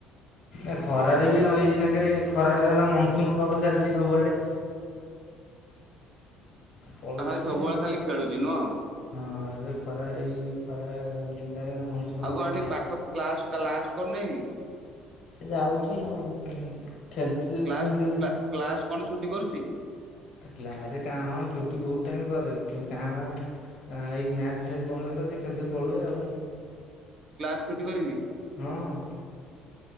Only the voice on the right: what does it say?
ନା ଖାଲି
ସବୁବେଳେ
ଖାଲି ଖେଳୁଛି ନୁହଁ
ଆଉ
କଣ ଏଠି
ପାଠ କ୍ସ କ୍ଲାସ କରୁନେଇ କି?
କ୍ଲାସ
କ୍ଲାସ କଣ ଛୁଟି କରୁଛି।
କ୍ଲାସ ଛୁଟି କରିବି।